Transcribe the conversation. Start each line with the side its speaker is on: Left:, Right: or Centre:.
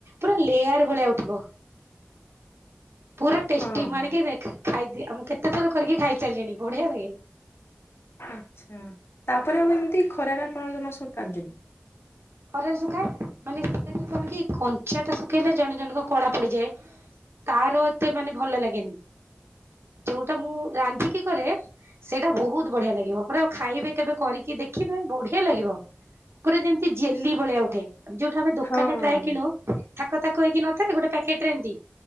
Right: ପୁରା ଲେୟାର ଭଳିଆ ଉଠିବ। ପୁରା ଟେଷ୍ଟି
Left: ହଁ ହଁ
Right: ମୁଁ ଆଣିକି ଖାଇଦିଏ ମୁଁ କେତେଥର କରିକି ଖାଇ ସାରିଲିଣି ବଢିଆ ଲାଗେ।
Left: ଆଚ୍ଛା ତାପରେ ଆଉ ଏମିତି ଖରାରେ ଆପଣ ଜମା ସୁକାନ୍ତିନି?
Right: ଖରାରେ ଶୁଖାଏ ମାନେ ସେଟା ଯଉ କଣ କି କଞ୍ଚା ଟା ଶୁଖେଇଲେ ଜଣେ ଜଣଙ୍କ କଳା ପଡିଯାଏ। ତାର ଏତେ ମାନେ ଭଲ ଲାଗେନି ଯୋଉଟା ମୁଁ ରାନ୍ଧିକି କରେ ସେଇଟା ବହୁତ୍ ବଢିଆ ଲାଗିବ ପୁରା ଖାଇବେ କେବେ କରିକି ଦେଖିବେ ବଢିଆ ଲାଗିବ ପୁରା ଯେମ ଜେଲି ଭଳିଆ ଉଠେ ଯୋଉଠା ଆମେ ଦୋକାନରେ
Left: ହଁ
Right: ପ୍ରାୟ
Left: ହଁ
Right: କିଣୁ ଥାକ ଥାକ ହେଇକି ନ ନ ଥାଏ ଗୋଟେ ପ୍ୟାକେଟରେ ଏମତି।